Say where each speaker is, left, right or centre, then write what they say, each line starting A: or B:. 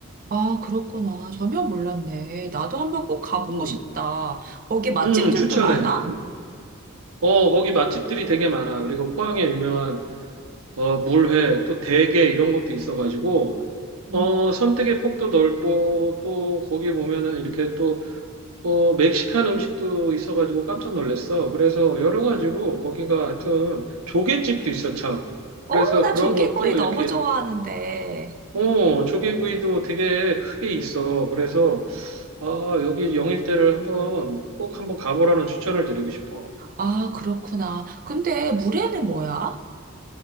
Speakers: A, on the right; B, on the right.
A: 아, 그렇구나. 전혀 몰랐네. 나도 한번 꼭 가보고
B: 음,
A: 싶다. 거기 맛집들도
B: 음, 추천해.
A: 많아?
B: 어, 거기 맛집들이 되게 많아. 그리고 포항에 유명한 어, 물회 또 대게 이런 것도 있어가지고 어,
A: 음.
B: 선택의 폭도 넓고 또 거기 보면은 이렇게 또 어, 멕시칸 음식도 있어가지고 깜짝 놀랐어. 그래서 여러 가지로 거기가 하여튼 조개집도 있어, 참.
A: 어,
B: 그래서
A: 나
B: 그런
A: 조개구이
B: 것도
A: 너무
B: 이렇게,
A: 좋아하는데.
B: 어, 조개구이도 되게 크게 있어. 그래서, 아, 여기 영일대를 한번 꼭 한번 가보라는 추천을 드리고 싶어.
A: 아, 그렇구나. 근데 물회는 뭐야?